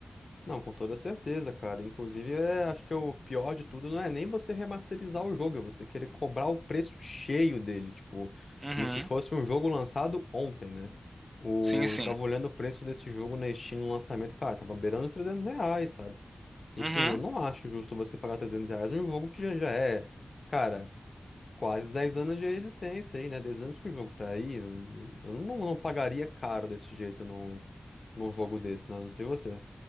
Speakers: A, on the left (about 65°); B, on the right (about 35°).
A: Não, com toda certeza, cara. Inclusive, é, acho que é o pior de tudo não é nem você remasterizar o jogo, é você querer cobrar o preço cheio dele, tipo,
B: Uhum,
A: como se fosse um jogo lançado ontem, né? O,
B: sim, sim.
A: eu tava olhando o preço desse jogo na Steam no lançamento, cara, tava beirando os 300 reais, sabe? E
B: Uhum.
A: sim, eu não acho justo você pagar 300 reais num jogo que já, já é, cara, quase 10 anos de existência aí, né? 10 anos que o jogo tá aí. Eu, eu não, não pagaria caro desse jeito num, num jogo desse, né? Não sei você.